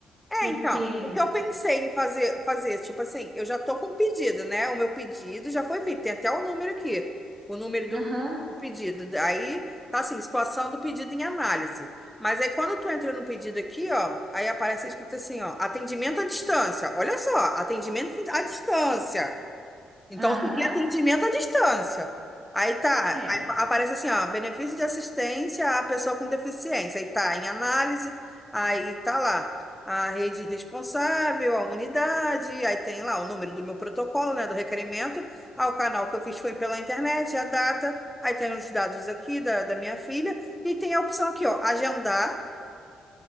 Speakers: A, in the centre; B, on the right.
A: É,
B: Porque,
A: então, o que eu pensei em fazer, fazer, tipo assim, eu já tô com o pedido, né? O meu pedido já foi feito, tem até o número aqui, o número do
B: aham,
A: pedido. Aí, tá assim, situação do pedido em análise. Mas aí, quando tu entra no pedido aqui, ó, aí aparece escrito assim, ó, atendimento à distância. Olha só, atendimento à distância. Então
B: aham,
A: seria atendimento à distância. Aí tá,
B: é,
A: aí aparece assim, ó, benefício de assistência à pessoa com deficiência. Aí tá em análise, aí tá lá a rede responsável, a unidade, aí tem lá o número do meu protocolo, né, do requerimento. Ah, o canal que eu fiz foi pela internet, a data. Aí tem os dados aqui da, da minha filha e tem a opção aqui, ó, agendar,